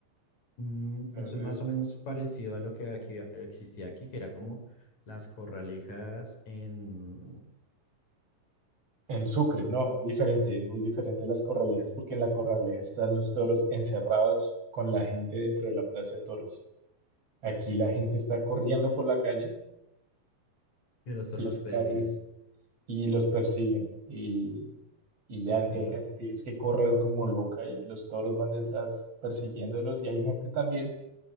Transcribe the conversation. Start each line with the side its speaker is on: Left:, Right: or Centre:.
Left: mm,
Right: Entonces,
Left: eso es más o menos parecido a lo que aquí existía aquí, que era como las corralejas en...
Right: En Sucre, no, es diferente, es muy diferente a las corralejas porque en la corraleja están los toros encerrados con la gente dentro de la plaza de toros. Aquí la gente está corriendo por la calle,
Left: Y los toros
Right: las
Left: los
Right: calles,
Left: persiguen.
Right: y los persiguen. Y, y ya,
Left: Ok.
Right: entonces la gente tiene que correr como loca y los toros van detrás persiguiéndolos. Y hay gente también,